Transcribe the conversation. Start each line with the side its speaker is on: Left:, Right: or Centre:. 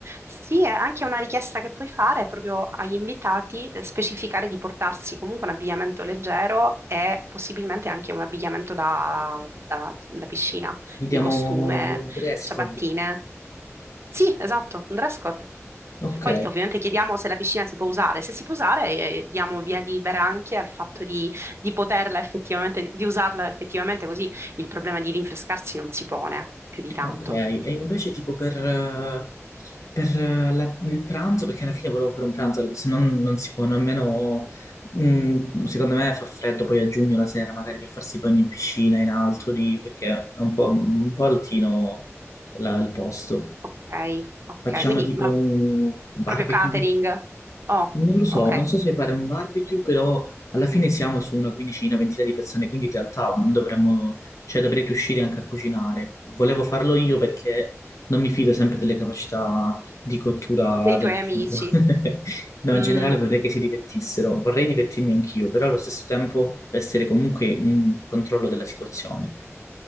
Right: Sì, è anche una richiesta che puoi fare proprio agli invitati, eh, specificare di portarsi comunque un abbigliamento leggero e possibilmente anche un abbigliamento da, da- da piscina,
Left: Vediamo
Right: quindi costume,
Left: un dress
Right: ciabattine.
Left: code.
Right: Sì, esatto, un dress code.
Left: Ok.
Right: Poi ovviamente chiediamo se la piscina si può usare. Se si può usare, eh, diamo via libera anche al fatto di, di poterla effettivamente, di usarla effettivamente, così il problema di rinfrescarsi non si pone più di tanto.
Left: Ok, e invece tipo per, eh, per, eh, la- il pranzo, perché alla fine volevo fare un pranzo, se no non si può nemmeno, mm, secondo me fa freddo poi a giugno la sera magari per farsi i bagni in piscina, in alto lì, perché è un po', un po' altino là il posto.
Right: Ok, ok,
Left: Facciamo
Right: quindi
Left: tipo
Right: ma
Left: un barbecue.
Right: proprio catering. Oh,
Left: Non lo so,
Right: ok,
Left: non so se fare un barbecue, però alla fine siamo su una quindicina, ventina di persone, quindi in realtà non dovremmo, cioè dovrei riuscire anche a cucinare. Volevo farlo io perché non mi fido sempre delle capacità di cottura
Right: dei
Left: del
Right: tuoi
Left: cibo.
Right: amici.
Left: <laughs> No,
Right: Mm,
Left: in generale vorrei che si divertissero, vorrei divertirmi anch'io, però allo stesso tempo essere comunque in controllo della situazione.